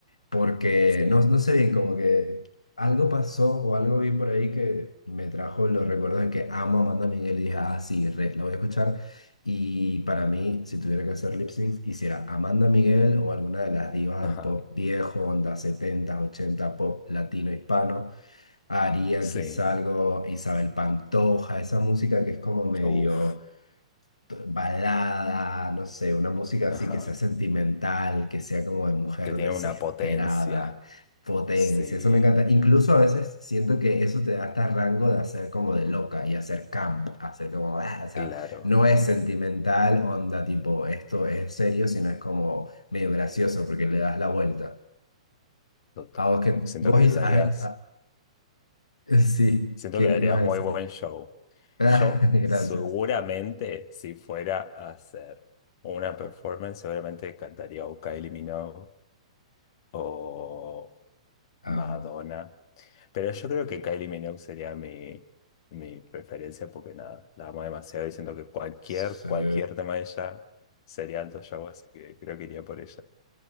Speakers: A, on the left; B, on the left.
A: porque
B: Sí,
A: no, no sé bien, como que algo pasó o algo vi por ahí que me trajo los recuerdos de que amo a Amanda Miguel y dije, ah, sí, re, la voy a escuchar. Y para mí, si tuviera que hacer lip syncs, hiciera Amanda Miguel o alguna de las divas
B: ajá,
A: del pop viejo, onda 70 80 pop latino, hispano. Haría
B: sí,
A: quizá algo Isabel Pantoja, esa música que es como medio
B: uff,
A: balada, no sé, una música así
B: ajá,
A: que sea sentimental, que sea como de mujer
B: que tiene
A: desesperada,
B: una potencia,
A: potencia,
B: sí,
A: eso me encanta. Incluso a veces siento que eso te da hasta rango de hacer como de loca y hacer camp, hacer como, ah, o sea,
B: claro,
A: no es sentimental, onda tipo, esto es serio, sino es como medio gracioso porque le das la vuelta.
B: total.
A: A vos que
B: Siento
A: vos
B: que
A: is-
B: darías,
A: ah, ah, <laughs> sí,
B: siento
A: ¿qué
B: que darías
A: ibas a decir?
B: muy buen
A: <laughs>
B: show.
A: Ah,
B: Yo
A: gracias.
B: seguramente, si fuera a hacer una performance, seguramente cantaría o Kylie Minogue o, Madonna.
A: Amo.
B: Pero yo creo que Kylie Minogue sería mi, mi preferencia porque nada, la amo demasiado y siento que cualquier,
A: Sí.
B: cualquier tema de ella sería alto show, así que creo que iría por ella.